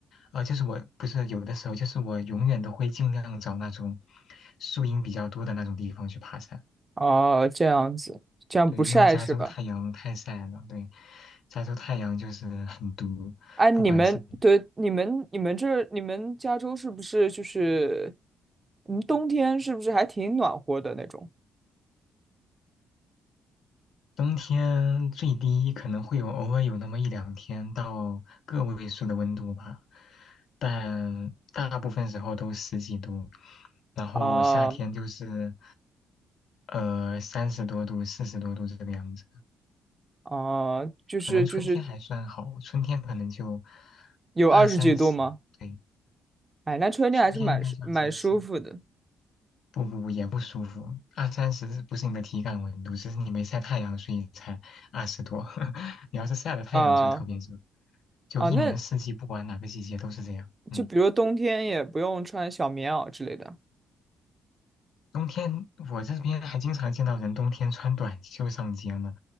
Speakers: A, on the left; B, on the right.
A: 啊、就是我不是有的时候，就是我永远都会尽量找那种树荫比较多的那种地方去爬山。
B: 哦，这样子，这样不晒是吧？
A: 对，因为加州太阳太晒了，对，加州太阳就是很毒，
B: 哎，你们对你们你们这你们加州是不是就是
A: 不管是
B: 嗯，冬天是不是还挺暖和的那种？
A: 冬天最低可能会有偶尔有那么一两天到个位数的温度吧，但大部分时候都十几度，然后夏天就是
B: 啊
A: 呃三十多度、四十多度这个样子。
B: 啊，就是就是
A: 可能春天还算好，春天可能就
B: 有二十几度吗？
A: 二三十，对，
B: 哎，那春天还是蛮舒蛮舒服的。
A: 春天应该就二三十。不不不，也不舒服。二三十不是你的体感温度，只是你没晒太阳，所以才二十多。<laughs> 你要是晒了太阳，
B: 啊
A: 就特别热。就一年四季，
B: 啊，那
A: 不管哪个季节都是这样。嗯，
B: 就比如冬天也不用穿小棉袄之类的
A: 冬天我这边还经常见到人冬天穿短袖上街呢。